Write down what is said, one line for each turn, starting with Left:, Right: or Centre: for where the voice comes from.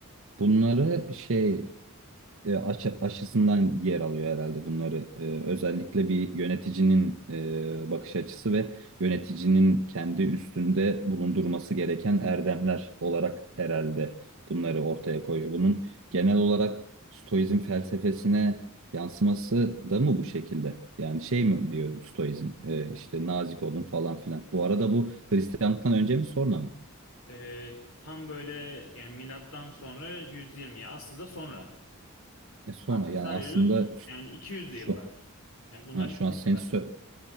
Right: Bunları şey e, aşı- aşısından yer alıyor herhalde bunları. E, özellikle bir yöneticinin e, bakış açısı ve yöneticinin kendi üstünde bulundurması gereken erdemler olarak herhalde bunları ortaya koyuyor. Bunun genel olarak Stoizm felsefesine yansıması da mı bu şekilde? Yani şey mi diyor Stoizm? E, işte nazik olun falan filan. Bu arada bu Hristiyanlıktan önce mi sonra mı?
Left: Ee, tam böyle yani milattan sonra 120 ya aslında sonra.
Right: E, sonra
Left: Aslında
Right: yani
Left: sayıyoruz
Right: aslında
Left: yani 200'lü
Right: şu,
Left: yıllar. Yani bundan
Right: ha, şu
Left: 2000
Right: an sen
Left: yıl önce.
Right: sö-